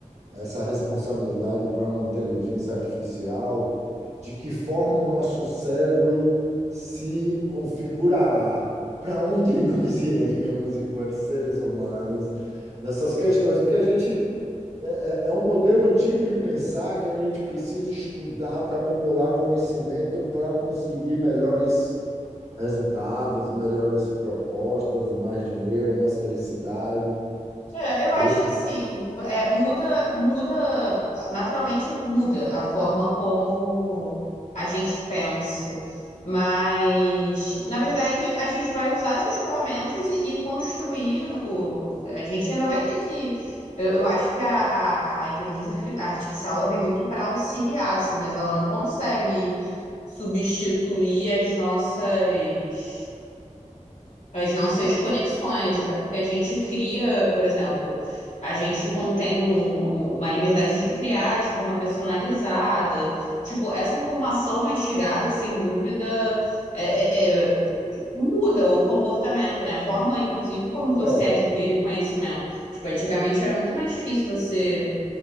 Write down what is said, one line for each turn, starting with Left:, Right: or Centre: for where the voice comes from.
Right: essa responsabilidade para uma inteligência artificial, de que forma o nosso cérebro se configurará, para onde <laughs> nós iremos enquanto seres humanos nessas questões, porque a gente é é um modelo antigo de pensar que a gente precisa estudar para acumular conhecimento para conseguir melhores resultados, melhores propostas, mais dinheiro, mais felicidade.
Left: É, eu
Right: O-
Left: acho assim, é, muda, muda, naturalmente muda a forma como a gente pensa, mas na verdade a gente vai usar essas ferramentas e, e construir o, a gente ainda vai ter que, eu, eu acho que a, a, a inteligência <laughs> artificial ela vem muito para auxiliar, assim, mas ela não consegue substituir as nossas as nossas conexões, até porque a gente cria, por exemplo, a gente contém um- um- uma liberdade de criar de forma personalizada. Tipo, essa informação mastigada, sem dúvida, é- é- é- muda o comportamento, né? A forma, inclusive, como você
Right: É,
Left: adquire o conhecimento. Tipo, antigamente era muito mais difícil você